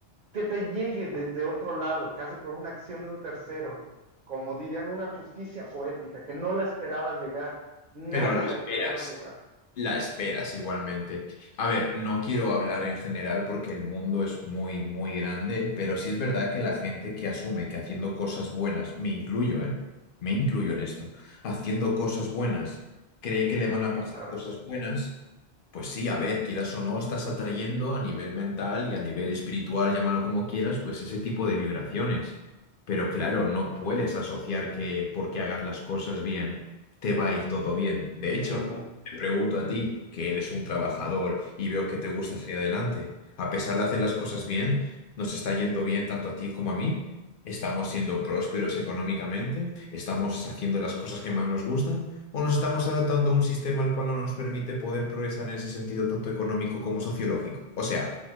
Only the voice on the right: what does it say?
que te llegue desde otro lado, casi por una acción de un tercero, como dirían, una justicia poética, que no la esperabas llegar, nadie
la esperaba llevar.
Te
van
a
pasar.
Ujú.